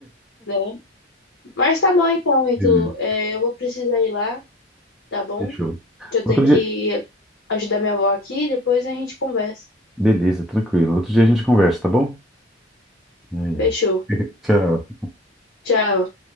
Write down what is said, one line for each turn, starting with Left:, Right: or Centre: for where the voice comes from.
Left: né? Mas tá bom então, Ítalo.
Centre: beleza,
Left: É, eu vou precisar ir lá, tá bom?
Centre: fechou.
Left: Que eu
Centre: Outro
Left: tenho que
Centre: dia,
Left: ajudar minha avó aqui e depois a gente conversa.
Centre: beleza, tranquilo. Outro dia a gente conversa, tá bom? É, é.
Left: Fechou.
Centre: <laughs> Tchau.
Left: Tchau.